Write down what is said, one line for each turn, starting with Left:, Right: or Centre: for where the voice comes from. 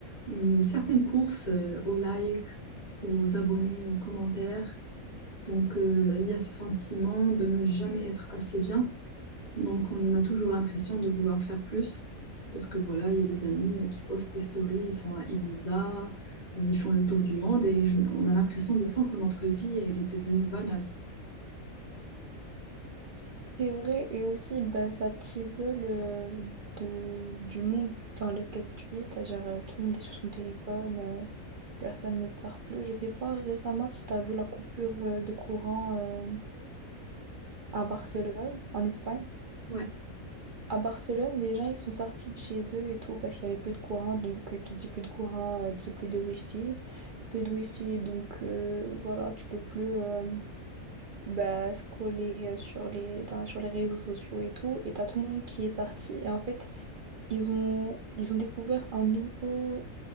Left: une certaine course euh, aux likes, aux abonnés, aux commentaires. Donc euh, il y a ce sentiment de ne jamais être assez bien. Donc on a toujours l'impression de vouloir faire plus parce que voilà, il y a des amis euh, qui postent des stories, ils sont à Ibiza, euh, ils font le tour du monde et je- on a l'impression des fois que notre vie elle est devenue banale.
Right: C'est vrai, et aussi, bah, ça t'isole euh, de, du monde dans lequel tu vis, c'est-à-dire euh, tout le monde est sur son téléphone, euh, personne ne sort plus. Je sais pas récemment si tu as vu la coupure euh, de courant euh, à Barcelone, en Espagne.
Left: Ouais.
Right: À Barcelone, les gens, ils sont sortis de chez eux et tout parce qu'il y avait peu de courant, donc euh, qui dit plus de courant, euh, dit plus de wifi, peu de wifi, donc euh, voilà, tu peux plus... euh, bah, scroller euh, sur les, dans- sur les réseaux sociaux et tout, et t'as tout le monde qui est sorti, et en fait, ils ont, ils ont découvert un nouveau,